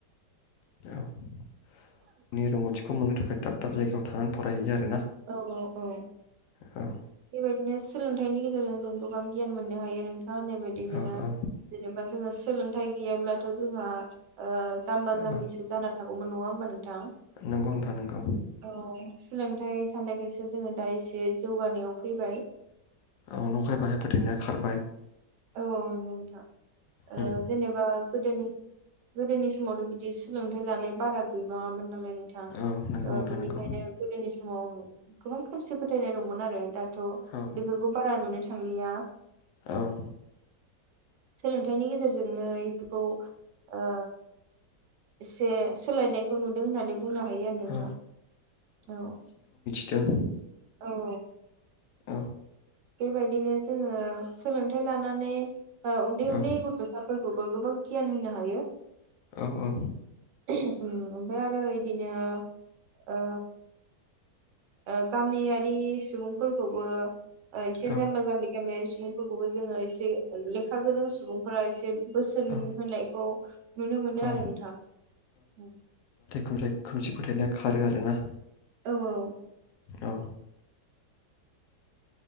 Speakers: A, on the left; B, on the right.
A: औ <unintelligible> दाब दाब जायगायाव थांनानै फरायहैयो आरोना
B: औ औ औ
A: औ
B: बेबायदिनो सोलोंथाइनि गेजेरजों जों गोबां गियान मोननो हायो नों थाङा होननाय बायदिनो
A: औ औ
B: जेनेबा जोङो सोलोंथाइ गैयाब्लाथ' जोंहा ओ जाम्बा
A: औ
B: जाम्बिसो जाना थागौ मोन नङा होमबा नों थां
A: नंगौ नोंथां नंगौ
B: औ सोलोंथाइ लोगोसे जोङो दा एसे जौगानायाव फैबाय
A: औ नंखाय बाखाय फोथायनाय खारबाय।
B: औ औ नंगौ नोंथां। ओ
A: उम
B: जेनेबा गोदोनि गोदोनि समावथ' बिदि सोलोंथाइ लानाय बारा गैबाङामोन ना नोंथां
A: औ नंगौ
B: ओ
A: नोंथां
B: बेनिखायनो
A: नंगौ
B: गोदोनि समाव गोबां खोमसि फोथायनाय दंमोन आरो। दाथ'
A: औ
B: बेफोरखौ बारा नुनो थ' थांलिया।
A: औ।
B: सोलोंथाइनि गेजेरजोंनो एफोरखौ ओ एसे सोलायनायखौ नुदों होननानै बुंनो हायो आरो नोंथा
A: औ
B: औ।
A: दों।
B: औ औ।
A: औ।
B: बेबायदिनो जोङो सोलोंथाइ लानानै ओ उन्दै उन्दै
A: औ
B: गथ'साफ फोरखौबो गोबां गियान होनो हायो।
A: औ औ।
B: ओहो उम ओमफ्राय आरो इदिनो ओ ओ गामियारि सुबुंफोरखौबो ओ इसे
A: औ
B: जाम्बा-जाम्बि गामियारि सुबुंफोरखौबो जोङो एसे लेखा गोरों सुबुंफोरा एसे बोसोन
A: औ
B: होनायखौ नुनो मोनो
A: औ
B: आरो नोंथां उम।
A: खोमथाय-खोमसि फोथायनाया खारो आरोना?
B: औ औ।
A: औ।